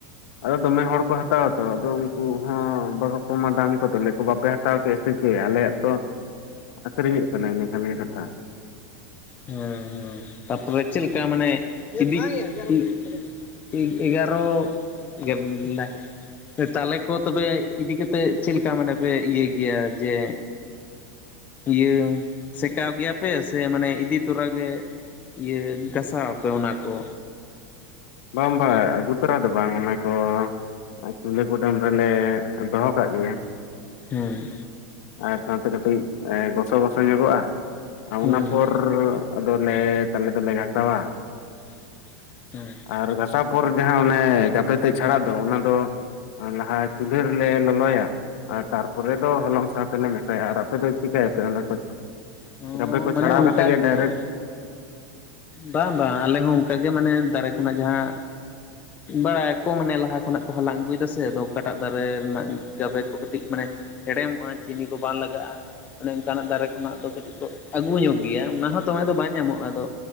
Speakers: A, on the left; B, on the left.
A: ᱟᱫᱚ ᱫᱚᱢᱮ ᱦᱚᱲ ᱠᱚ ᱦᱟᱛᱟᱣᱟ ᱛᱚ ᱟᱫᱚ ᱩᱱᱠᱩ ᱦᱚᱸ ᱵᱟᱠᱚ ᱠᱚᱢᱟ ᱫᱟᱢ ᱠᱚ ᱛᱚᱞᱮ ᱠᱚ ᱵᱟᱯᱮ ᱦᱟ ᱦᱟᱛᱟᱣ ᱠᱮᱫᱮᱫ ᱥᱮ ᱪᱮᱫ ᱟᱞᱮᱭᱟᱜ ᱛᱚ ᱟᱹᱠᱷᱨᱤᱧᱚᱜ ᱠᱟᱱᱟ ᱤᱱᱟᱹ ᱠᱷᱟᱱ ᱜᱮ ᱠᱟᱛᱷᱟ᱾
B: ᱦᱩᱸ ᱦᱩᱸ ᱛᱟᱨᱯᱚᱨᱮ ᱪᱮᱫ ᱞᱮᱠᱟ ᱢᱟᱱᱮ <unintelligible> ᱮᱜᱟᱨᱚ <unintelligible> ᱛᱟᱞᱮ ᱠᱚ ᱛᱚᱵᱮ ᱤᱫᱤ ᱠᱟᱛᱮᱜ ᱪᱮᱫ ᱞᱮᱠᱟ ᱢᱟᱱᱮ ᱯᱮ ᱤᱭᱟᱹᱭ ᱜᱮᱭᱟ ᱡᱮ ᱤᱭᱟᱹ ᱥᱮᱸᱠᱟᱣ ᱜᱮᱭᱟᱯᱮ ᱥᱮ ᱢᱟᱱᱮ ᱤᱫᱤ ᱛᱚᱨᱟ ᱜᱮ ᱤᱭᱟᱹ ᱜᱟᱥᱟᱣ ᱟᱯᱮ ᱚᱱᱟ ᱠᱚ᱾
A: ᱵᱟᱝ ᱵᱟᱝ ᱟᱹᱜᱩ ᱛᱟᱨᱟ ᱫᱚ ᱵᱟᱝ ᱚᱱᱟ ᱠᱚ ᱟᱨ ᱪᱩᱞᱦᱟᱹ ᱠᱩᱰᱟᱹᱢ ᱨᱮᱞᱮ ᱫᱚᱦᱚ ᱠᱟᱜ ᱜᱮᱭᱟ᱾
B: ᱦᱮᱸ᱾
A: ᱟᱨ ᱥᱟᱶᱛᱮ ᱠᱟᱹᱴᱤᱡ ᱜᱚᱥᱚ ᱜᱚᱥᱚ ᱧᱚᱜᱚᱜᱼᱟ᱾ ᱟᱨ ᱚᱱᱟ
B: ᱦᱮᱸ
A: ᱯᱚᱨ <unintelligible> ᱟᱫᱚᱞᱮ ᱛᱟᱞᱮ ᱫᱚᱞᱮ ᱜᱷᱟᱥᱟᱣᱼᱟ᱾
B: <inaudible> ᱦᱩᱸ᱾
A: ᱟᱨ ᱜᱷᱟᱴᱟᱣ ᱯᱚᱨ ᱡᱟᱦᱟᱸ ᱚᱱᱮ ᱜᱟᱯᱮ ᱛᱮᱫ ᱪᱷᱟᱲᱟᱜ ᱫᱚ ᱚᱱᱟ ᱫᱚ ᱞᱟᱦᱟ ᱪᱩᱞᱦᱟᱹ ᱨᱮᱞᱮ ᱞᱚᱞᱚᱭᱟ᱾ ᱟᱨ ᱛᱟᱨᱯᱚᱨᱮ ᱫᱚ ᱦᱚᱞᱚᱝ ᱥᱟᱶ ᱛᱮᱞᱮ ᱢᱮᱥᱟᱭᱟ᱾ᱟᱨ ᱟᱯᱮ ᱫᱚ ᱪᱤᱠᱟᱹ ᱦᱟᱯᱮ ᱚᱱᱟ ᱠᱚ?
B: ᱚ
A: ᱜᱟᱵᱮ ᱠᱚ
B: ᱢᱟᱱᱮ
A: ᱪᱷᱟᱲᱟᱣ
B: ᱚᱱᱠᱟᱜᱮ
A: ᱠᱟᱛᱮ ᱜᱮ ᱰᱟᱭᱨᱮᱠᱴ
B: ᱵᱟᱝ ᱵᱟᱝ ᱟᱞᱮ ᱦᱚᱸ ᱚᱱᱠᱟᱜᱮ ᱢᱟᱱᱮ ᱫᱟᱨᱮ ᱠᱷᱚᱱᱟᱜ ᱡᱟᱦᱟᱸ ᱵᱟᱲᱟᱭ ᱟᱠᱚ ᱢᱟᱱᱮ ᱞᱟᱦᱟ ᱠᱷᱚᱱᱟᱜ ᱠᱚ ᱦᱟᱞᱟᱝ ᱟᱹᱜᱩᱭᱮᱫᱟ ᱥᱮ ᱟᱫᱚ ᱚᱠᱟᱴᱟᱜ ᱫᱟᱨᱮ ᱨᱮᱱᱟᱜ ᱜᱟᱵᱮ ᱠᱚ ᱠᱟᱹᱴᱤᱡ ᱢᱟᱱᱮ ᱦᱮᱲᱮᱢᱚᱜᱼᱟ, ᱪᱤᱱᱤ ᱠᱚ ᱵᱟᱝ ᱞᱟᱜᱟᱜᱼᱟ᱾ ᱚᱱᱮ ᱚᱱᱠᱟᱱᱟᱜ ᱫᱟᱨᱮ ᱠᱷᱚᱱᱟᱜ ᱫᱚ ᱠᱟᱹᱴᱤᱡ ᱠᱚ ᱟᱹᱜᱩ ᱧᱚᱜ ᱜᱮᱭᱟ ᱚᱱᱟ ᱦᱚᱸ ᱫᱚᱢᱮ ᱫᱚ ᱵᱟᱝ ᱧᱟᱢᱚᱜᱼᱟ ᱟᱫᱚ